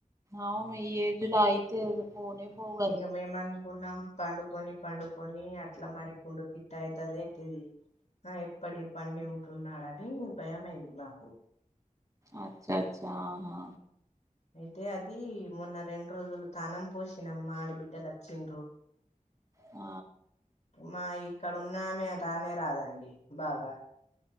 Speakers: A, on the right (about 25°); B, on the left (about 55°).
A: అవును ఈ ఏజ్లో అయితే పోనే పోవ్
B: ఇగ మేమన్ పన్నం పండుకొని పండుకొని అట్లా మరి పుండు గిట్ట అవుతుదేంటిది ఆ ఎప్పటి పండి ఉంటున్నాడని భయమైంది మాకు
A: అచ్చ అచ్చ ఆహా
B: అయితే అది మొన్న రెండు రోజులు తానం పోసినమ్మాఆడి బిడ్డలు వచ్చిండ్రు
A: ఆ
B: మా ఇక్కడ ఉన్నామే రానే రాదండి బాగా